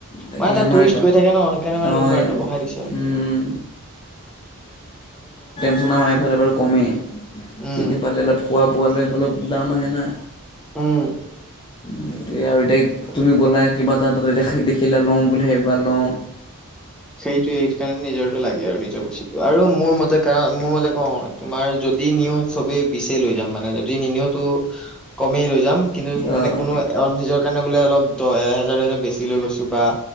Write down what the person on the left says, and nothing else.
তাকে
আমাৰ
অঁ
জনাম এইফালে বাৰু কমে।
ইফালে অলপ খোৱা বোৱালৈ অলপ দাম আহে না।
সেইটোৱে আৰু এতিয়া তুমি গ'লা কিবা এটা তাতে দেখিলা লওঁ বুলি ভাবিবা লওঁ।
অঁ